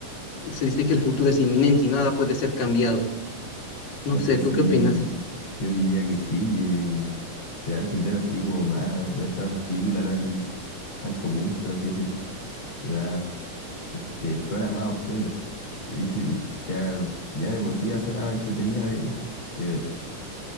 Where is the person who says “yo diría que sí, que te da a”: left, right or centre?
Left